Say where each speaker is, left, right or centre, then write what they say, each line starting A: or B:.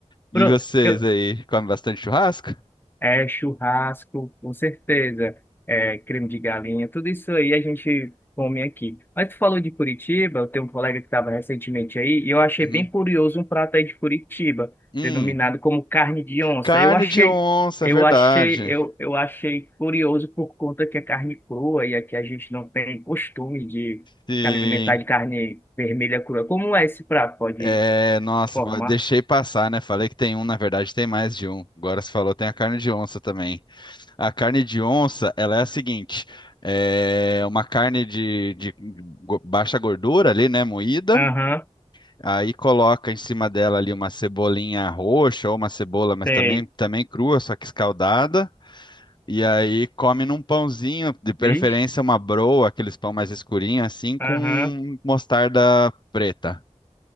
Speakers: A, on the left; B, on the left.
A: E
B: <laughs> pro-
A: vocês
B: eu-
A: aí, comem bastante churrasco?
B: É, churrasco, com certeza. É, creme de galinha, tudo isso aí a gente come aqui. Mas tu falou de Curitiba, eu tenho um colega que estava recentemente aí, e eu achei
A: Uhum.
B: bem curioso um prato aí de Curitiba,
A: Hum,
B: denominado como carne de onça.
A: carne
B: Eu achei,
A: de onça,
B: eu
A: é verdade.
B: achei, eu, eu achei curioso por conta que é carne crua, e aqui a gente não tem costume de
A: Sim.
B: se alimentar de carne vermelha crua. Como é esse prato? Pode
A: É, nossa,
B: formar?
A: pô, deixei passar, né? Falei que tem um, na verdade tem mais de um. Agora você falou, tem a carne de onça também. A carne de onça, ela é a seguinte: é uma carne de, de go- baixa gordura ali, né? Moída.
B: Aham,
A: Aí coloca em cima dela ali uma cebolinha roxa ou uma cebola, mas
B: tem.
A: também, também crua, só que escaldada. E aí come num pãozinho, de preferência
B: Vixe,
A: uma broa, aqueles pão mais escurinho assim, com
B: aham,
A: mostarda preta.